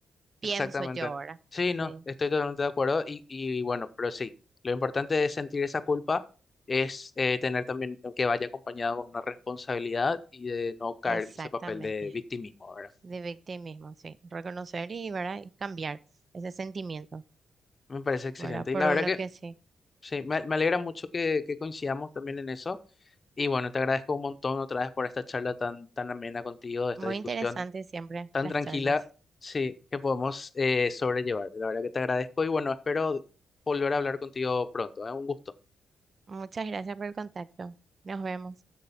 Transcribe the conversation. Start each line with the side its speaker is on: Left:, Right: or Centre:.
Right: Pienso
Left: Exactamente.
Right: yo ahora.
Left: Sí, no,
Right: Sí,
Left: estoy totalmente de acuerdo y, y bueno, pero sí, lo importante es sentir esa culpa, es eh, tener también que vaya acompañado con una responsabilidad y de no caer
Right: exactamente.
Left: en ese papel de victimismo, ¿verdad?
Right: De victimismo, sí. Reconocer y, ¿verdad? Y cambiar ese sentimiento.
Left: Me parece excelente
Right: ¿verdad? Por
Left: y la verdad
Right: uno
Left: que
Right: que sí.
Left: sí, me, me alegra mucho que, que coincidamos también en eso y bueno, te agradezco un montón otra vez por esta charla tan, tan amena contigo, esta
Right: Muy
Left: discusión
Right: interesante siempre
Left: tan
Right: las
Left: tranquila,
Right: charlas.
Left: sí, que podemos eh, sobrellevar. La verdad que te agradezco y bueno, espero volver a hablar contigo pronto, ¿eh? Un gusto.
Right: Muchas gracias por el contacto. Nos vemos.